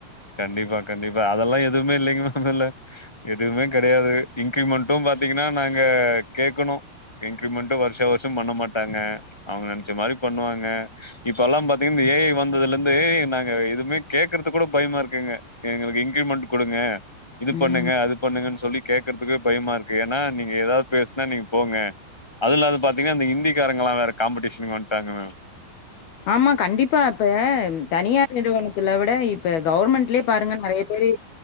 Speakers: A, in the centre; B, on the left.
A: கண்டிப்பா கண்டிப்பா அதெல்லா எதுவுமே இல்லைங்க மேம் இதுல எதுவுமே கெடையாது இன் க்ரிமெண்ட்டு பாத்திங்கன்னா நாங்க கேக்கணு இன்க்ரிமெண்ட்டு வருஷ வர்ஷோ பண்ண மாட்டாங்க அவுங்க நெனச்ச மாரி பண்ணுவாங்க இப்பலா பாத் து இந்த ஏ ஐ வந்ததுலந்து நாங்க இதுவ்மே கேக்கற்துக் கூட பய்மா இருக்குங்க எங்களுக்கு இன்க்ரீமெண்ட் குடுங்க இது பண்ணுங்க
B: ம்
A: அது பண்ணுங்கன் சொல்லி கேக்கற்துக்கு பயமாருக்கு ஏன்னா நீங்க ஏதாவ்த் பேஸ்னா நீங்க போங்க அதுல்லாது பாத்தீங்ன்னா இந்த இந்திக்காரங்கல்லா வேற காம்படீஷனுக் வந்ட்டாங்க மேம்
B: ஆமா கண்டிப்பா இப்ப ம் தனியார் நிறுவனத்துல விட இப் ப்ப கவுர்மெண்ட்லே பாருங்க நெறைய பேரு